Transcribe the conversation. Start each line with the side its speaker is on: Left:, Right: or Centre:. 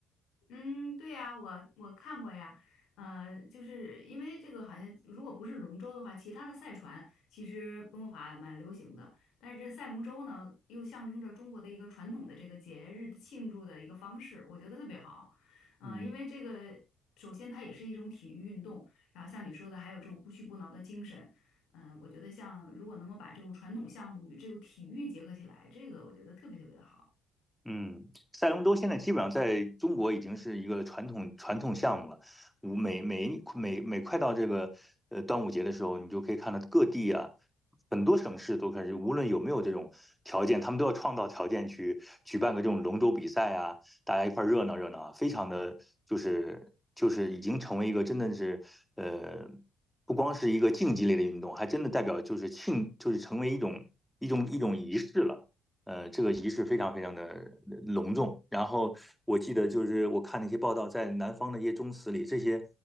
Left: 嗯，对呀，我我看过呀，呃，就是因为这个好像如果不是龙舟的话，其他的赛船其实温哥华蛮流行的，但是这赛龙舟呢，又象征着中国的一个传统的这个节日的庆祝的一个方式，我觉得特别好。呃，
Centre: 嗯。
Left: 因为这个首先它也是一种体育运动，然后像你说的还有这种不屈不挠的精神，嗯、我觉得像如果能够把这种传统项目与这个体育结合起来，这个我觉得特别特别的好。
Centre: 嗯，赛龙舟现在基本上在中国已经是一个传统传统项目了。五每每每每快到这个呃端午节的时候，你就可以看到各地啊，很多省市都开始，无论有没有这种条件，他们都要创造条件去举办个这种龙舟比赛啊，大家一块儿热闹热闹啊，非常的就是就是已经成为一个真的是呃，不光是一个竞技类的运动，还真的代表就是庆就是成为一种一种一种仪式了。呃，这个仪式非常非常的隆重。然后我记得就是我看那些报道，在南方的一些宗祠里，这些